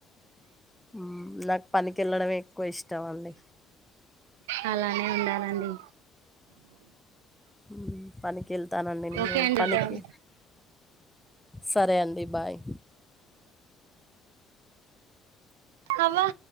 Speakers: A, in the centre; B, on the right.
A: ఉమ్ నాక్ పనికి ఎళ్ళడమే ఎక్కువ ఇష్టం అండి
B: అలానే ఉండాలండి
A: మ్ పలికిల్ తనన్నీ నేను
B: ఓకే అండి
A: పనికి
B: ఇద్దాం
A: సరే అండి బాయ్
B: అవ్వ